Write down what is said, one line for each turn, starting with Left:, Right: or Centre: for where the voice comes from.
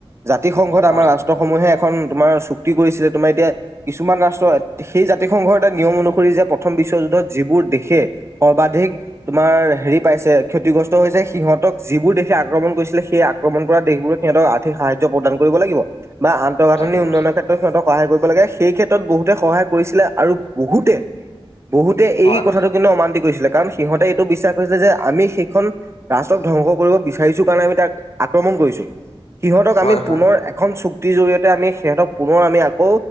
Right: জাতি সংঘত
Left: হয়
Right: আমাৰ ৰাষ্ট্ৰ সমূহে এখন তোমাৰ চুক্তি কৰিছিলে, তোমাৰ এতিয়া কিছুমান ৰাষ্ট্ৰই সেই জাতি সংঘৰ এটা নিয়ম অনুসৰি যে, প্ৰথম বিশ্বযুদ্ধত যিবোৰ দেশে সৰ্বাধিক তোমাৰ হেৰি পাইছে ক্ষতিগ্ৰস্ত হৈছে সিহঁতক যিবোৰ দেশে আক্ৰমণ কৰিছিলে, সেই আক্ৰমণ কৰা দেশবোৰক সিহঁতক গোটেই সাহাৰ্য্য প্ৰদান কৰিব লাগিব, বা আন্তঃগাঁথনি
Left: লাগিব
Right: উন্নয়নৰ ক্ষেত্ৰ সিহঁতক সহায় কৰিব লাগে, সেই ক্ষেত্ৰত বহুতে সহায় কৰিছিলে আৰু বহুতে বহুত এই
Left: হয়
Right: কথাটো কিন্তু অমান্তি কৰিছিলে, কাৰণ সিহঁতে এইটো বিশ্বাস কৰিছিলে যে, আমি সেইখন ৰাষ্টক ধ্বংস কৰিব বিচাৰিছোঁ কাৰণে আমি তাক আক্ৰমণ কৰিছোঁ। সিহঁতক আমি
Left: হয়
Right: পুনৰ
Left: হয়
Right: এখন চুক্তিৰ জৰিয়তে, আমি সিহঁতক পুনৰ আমি আকৌ,